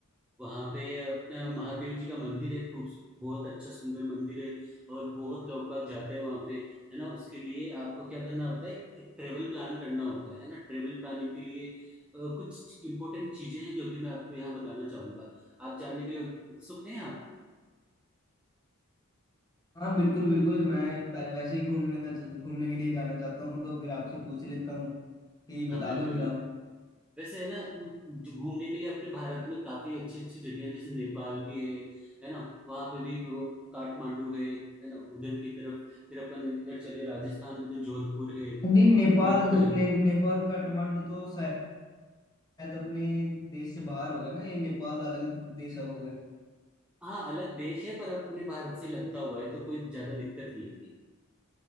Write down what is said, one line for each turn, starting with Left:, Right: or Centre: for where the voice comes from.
Centre: वहां पे अपना महादेव जी का मंदिर है खूब बहुत अच्छा सुंदर मंदिर है और बहुत लोग बाग जाते हैं वहां पे है ना उसके लिए आपको क्या करना होता है एक ट्रेवल प्लान करना होता है है ना ट्रेवल प्लानिंग के लिए अ, कुछ इंपॉर्टेंट चीजें हैं जो कि मैं आपको यहाँ बताना चाहूंगा आप जानने के लिए उत्सुक हैं आप
Left: हाँ बिल्कुल बिल्कुल मैं पहले वैसे ही घूमने घूमने के लिए जाना चाहता हूँ तो फिर आपसे पूछ लेता हूँ कि बता
Centre: हाँ बिल्कुल
Left: दो फिर
Centre: बिल्कुल
Left: आप
Centre: वैसे है ना जो घूमने के लिए अपने भारत में काफी अच्छी अच्छी जगह है जैसे नेपाल भी है है ना वहां पे भी वो काठमांडू है है ना उधर की तरफ फिर अपन इधर चले राजस्थान में तो जोधपुर है है
Left: नहीं नेपाल
Centre: ना उदयपुर है
Left: ने, नेपाल काठमांडू तो शायद अपने देश से बाहर हो गया ना ये नेपाल अलग देश हो गया
Centre: हाँ अलग देश है पर अपने भारत से लगता
Left: तो
Centre: हुआ है तो कोई ज्यादा दिक्कत नहीं आती